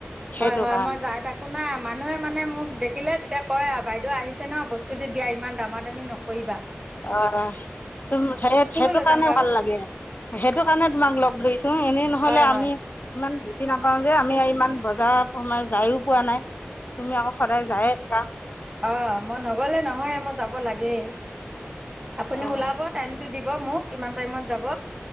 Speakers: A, on the left (about 45°); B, on the right (about 20°).
A: সেইটো
B: হয় হয়
A: কাৰণে
B: মই যায় থাকো না মানুহে মানে মোক দে দেখিলে তেতিয়া কয় আওঁ, বাইদেউ আহিছে ন বস্তুটো দিয়া ইমান দামা-দামী নকইবা
A: অঁ' অঁ', তোম সেই সেইটো
B: লৈ
A: কাৰণে
B: যাম বাৰু
A: ভাল লাগে, সেইটো কাৰণে তোমাক লগ ধৰিছো এনেই ন'হলে
B: হয়
A: আমি
B: হয়
A: ইমান বুজি নাপাওঁ যে, আমি ইমান বজাৰ সোমাই পোৱা পোৱা নাই তুমি আকৌ সদায় যায়ে থাকা
B: অঁ' মই নগলে নহয়, মই যাব লাগেই আপুনি
A: অঁ
B: ওলাব, টাইমটো দিব ক'ব মোক, কিমান টাইমত যাব